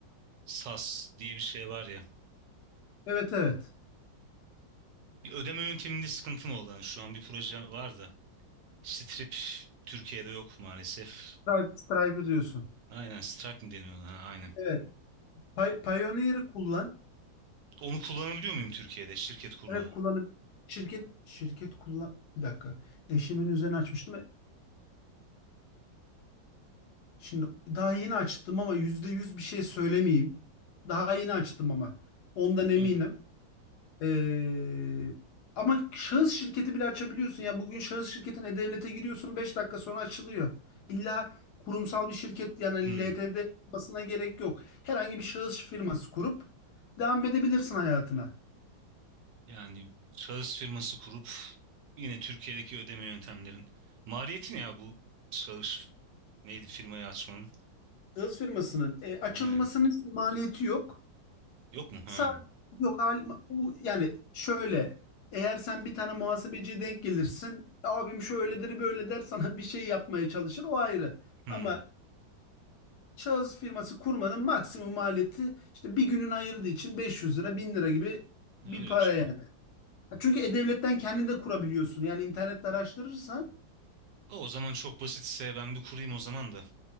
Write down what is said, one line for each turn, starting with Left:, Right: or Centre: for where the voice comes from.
Right: SAS diye bir şey var ya.
Left: Evet evet.
Right: Bir ödeme yönteminde sıkıntım oldu. Yani şu an bir proje var da. Strip Türkiye'de yok maalesef.
Left: Stripe, Stripe'ı diyorsun.
Right: Aynen strike mi deniyor ona? Ha, Aynen.
Left: Evet. Pay- Pioneer'ı kullan.
Right: Onu kullanabiliyor muyum Türkiye'de şirket kurmadan?
Left: Evet kullanıp şirket şirket kullan. Bir dakika. Eşimin üzerine açmıştım. Şimdi daha yeni açtım ama yüzde yüz bir şey söylemeyeyim. Daha yeni açtım ama ondan eminim.
Right: Öyle mi?
Left: Ee, ama şahıs şirketi bile açabiliyorsun ya. Bugün şahıs şirketine devlete giriyorsun 5 dakika sonra açılıyor. İlla kurumsal bir şirket yani
Right: Hmm.
Left: LTD olmasına gerek yok. Herhangi bir şahıs firması kurup devam edebilirsin hayatına.
Right: Yani şahıs firması kurup yine Türkiye'deki ödeme yöntemlerin maliyeti ne ya bu şahıs neydi firmayı açmanın?
Left: Şahıs firmasının e, açılmasının
Right: Aynen.
Left: maliyeti yok.
Right: Yok mu? Ha.
Left: Sa- Yok halim, u- yani şöyle eğer sen bir tane muhasebeciye denk gelirsin abim şöyledir böyle der <laughs> sana bir şey yapmaya çalışır o ayrı.
Right: Hmm.
Left: Ama şahıs firması kurmanın maksimum maliyeti işte bir günün ayırdığı için 500 lira 1000 lira gibi bir
Right: Öyle
Left: para
Right: bir şey.
Left: yani. Çünkü e-devletten kendin de kurabiliyorsun yani internette araştırırsan
Right: O zaman çok basitse ben bir kurayım o zaman da